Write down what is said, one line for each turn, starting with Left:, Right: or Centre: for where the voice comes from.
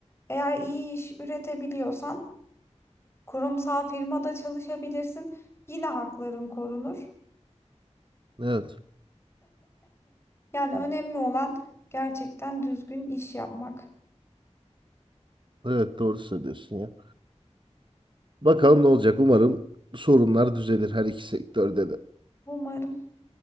Left: Eğer iyi iş üretebiliyorsan kurumsal firmada çalışabilirsin. Yine hakların korunur.
Right: Evet.
Left: Yani önemli olan gerçekten düzgün iş yapmak.
Right: Evet doğru söylüyorsun ya. Bakalım ne olacak. Umarım sorunlar düzelir her iki sektörde de.
Left: Umarım.